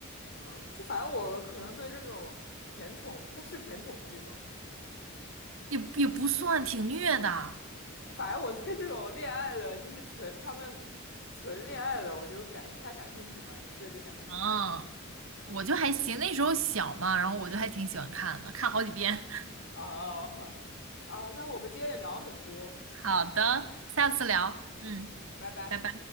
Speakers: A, on the left (about 60°); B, on the right (about 70°).
A: 啊。就反正我可能对这种甜宠，它是甜宠剧嘛，
B: 也也不算挺虐的。
A: 反正我对这种恋爱的，就是纯他们纯恋爱的，我就感不太感兴趣吧。你对这感兴趣吗？
B: 嗯，我就还行，那时候小嘛，然后我就还挺喜欢看的，看好几遍。
A: <laughs> 啊啊，那我们今天也聊了很多，
B: <laughs> 好的，下次聊。嗯，
A: 嗯，拜拜。
B: 拜拜。